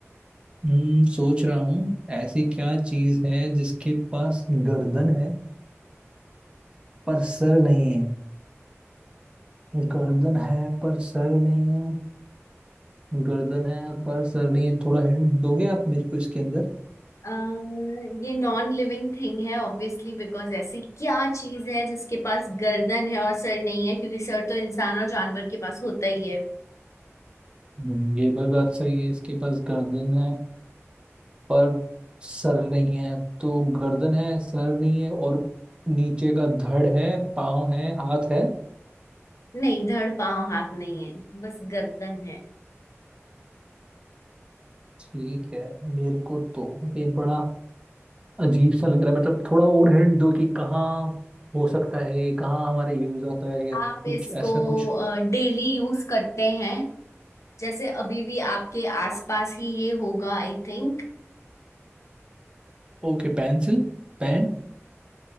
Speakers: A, on the right; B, on the left.
A: हम्म सोच रहा हूँ ऐसी क्या चीज है जिसके पास गर्दन है पर सर नहीं है गर्दन है पर सर नहीं है गर्दन है पर सर नहीं है थोड़ा हिंट दोगे आप मेरे को इसके अंदर
B: अ, ये नॉन लिविंग थिंग है ऑब्वियसली बिकॉज ऐसी क्या चीज है जिसके पास गर्दन है और सर नहीं है क्योंकि सर तो इंसान और जानवर के पास होता ही है
A: हम्म, ये भी बात सही है इसके पास गर्दन है पर सर नहीं है तो गर्दन है सर नहीं है और नीचे का धड़ है पाँव है हाथ है
B: नहीं धड़ पांव हाथ नहीं है बस गर्दन है
A: ठीक है मेरे को तो ये बड़ा अजीब सा लग रहा है मतलब थोड़ा और हिंट दो कि कहाँ हो सकता है कहाँ हमारे यूज आता है या
B: आप
A: कुछ
B: इसको
A: ऐसा कुछ
B: डेली यूज करते हैं जैसे अभी भी आपके आसपास ही ये होगा आई थिंक
A: Okay pencil pen